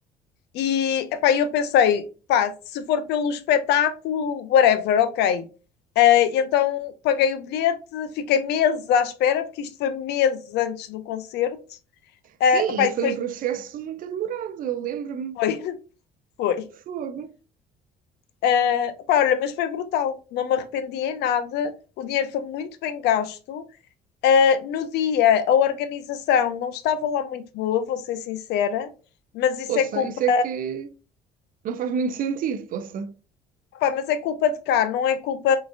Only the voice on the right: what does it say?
Sim,
e
foi
um processo muito demorado, eu lembro-me.
Fogo.
Poça,
isso é que não faz muito sentido, poça.